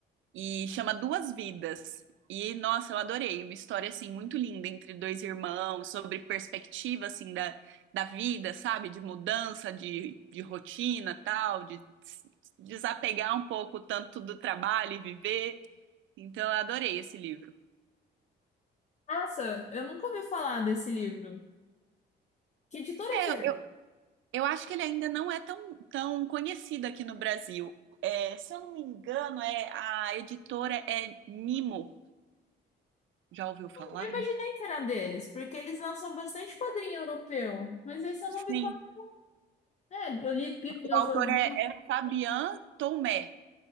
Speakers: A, on the right; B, on the left.
A: e chama Duas Vidas. E nossa, eu adorei, uma história assim muito linda entre dois irmãos, sobre perspectiva assim da, da vida, sabe, de mudança de, de rotina, tal, de s- desapegar um pouco tanto do trabalho e viver. Então eu adorei esse livro.
B: Nossa, eu nunca ouvi falar desse livro. Que editora
A: É,
B: que é?
A: eu, eu acho que ele ainda não é tão, tão conhecido aqui no Brasil. É, se eu não me engano, é a editora é Nimo. Já ouviu falar?
B: Eu imaginei que era deles, porque eles lançam bastante quadrinho europeu, mas esse eu
A: Sim,
B: não ouvi falar. É, eu li Pílulas
A: O autor
B: Azuis.
A: é, é Fabian Tomé.